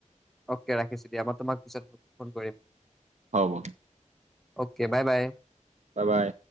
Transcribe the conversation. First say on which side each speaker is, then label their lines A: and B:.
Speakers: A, in the centre; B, on the right.
A: অকে ৰাখিছো দিয়া মই তোমাক পিছত ফোন কৰিম।
B: হ'ব।
A: Okay bye bye.
B: বাই বাই।